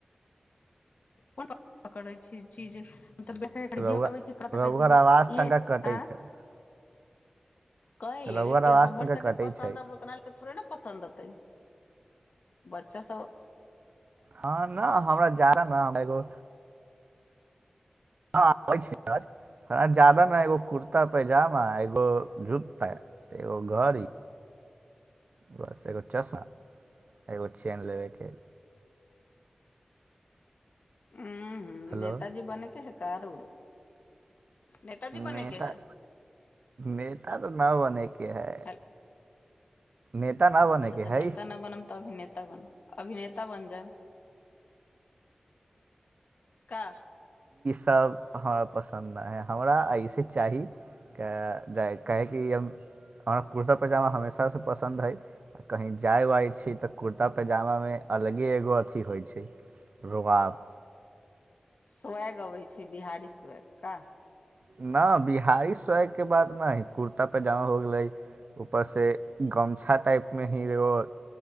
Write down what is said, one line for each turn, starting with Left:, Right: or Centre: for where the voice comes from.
Left: कोन पकड़ै छै चीज। <unintelligible> तब बेस खरीदियोके
Right: रौआ
Left: अबै छी कपड़ा
Right: रौआर
Left: कहै छी
Right: आवाज
Left: जे इहे
Right: तनिका
Left: ए
Right: कटैत हइ
Left: कह ले
Right: रौआर
Left: कि
Right: आवाज
Left: हमर
Right: तनिका
Left: सभके
Right: कटैत
Left: पसन्द,
Right: छै
Left: अब ओतनाालके थोड़े ने पसन्द अतै। बच्चास सभ।
Right: हँ नहि, हमरा जारा न हमरा एगो हँ आबै छी आज जादा ने, एगो कुर्ता -पैजामा एगो जूता! एगो घड़ी। बस एगो चश्मा एगो चैन लेबैके है।
Left: हुँ, हुँ,
Right: हेलो
Left: एत जे बनै के है, काड उड नेताजी बनयके
Right: नेता
Left: हइ?
Right: नेता तऽ न बनेके है।
Left: हेल
Right: नेता न बने
Left: अच्छा
Right: के
Left: तऽ
Right: है
Left: नेता न बनम तऽ अभिनेता। तऽ अभिनेता बइन जेब। का।
Right: त हमरा पसन्द नहि हइ, हमरा अइसे चाही। तऽ जाइ, कहै कि हम। हमरा कुर्ता -पयजामा हमेशासँ पसन्द हइ, आ कही जाय आइ छी तऽ कुर्ता पयजामामे। अलगे एगो अथी होइ छै, रुआब!
Left: स्वेग अबै छै, बिहारी स्वेग का।
Right: ना, बिहारी स्वयके बात नहि है, कुर्ता पैजामा हो गेलै। ऊपरसँ गमछा टाइपमे ही रहयो।